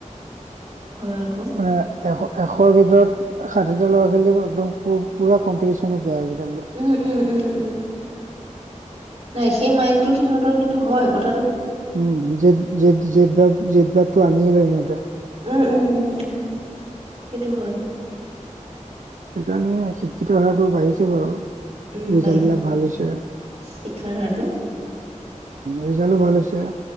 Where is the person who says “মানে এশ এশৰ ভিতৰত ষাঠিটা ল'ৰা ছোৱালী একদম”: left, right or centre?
Right